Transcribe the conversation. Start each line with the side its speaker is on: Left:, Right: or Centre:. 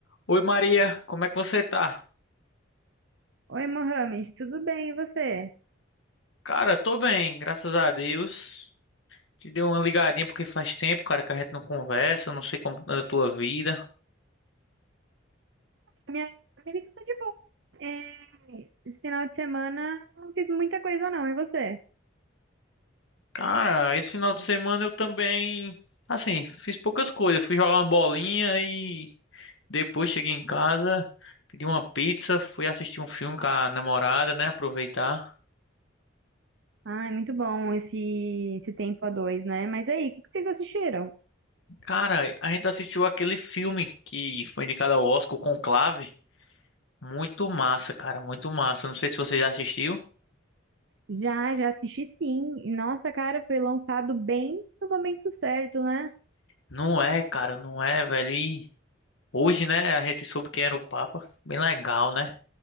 Left: Oi Maria, como é que você tá?
Right: Oi, Mohamed, tudo bem? E você?
Left: Cara, tô bem, graças a Deus. Te dei uma ligadinha porque faz tempo, cara, que a gente não conversa, não sei como anda a tua vida.
Right: Minha amiga tá de boa. É, esse final de semana não fiz muita coisa, não. E você?
Left: Cara, esse final de semana eu também, assim, fiz poucas coisas. Fui jogar uma bolinha e depois cheguei em casa, pedi uma pizza, fui assistir um filme com a namorada, né, aproveitar.
Right: Ai, muito bom esse, esse tempo a dois, né? Mas aí, o que que vocês assistiram?
Left: Cara, a gente assistiu aquele filme que foi indicado ao Oscar, o Conclave. Muito massa, cara, muito massa. Não sei se você já assistiu.
Right: Já, já assisti sim. E nossa, cara, foi lançado bem no momento certo, né?
Left: Não é, cara, não é, velho. E hoje, né, a gente soube quem era o Papa. Bem legal, né?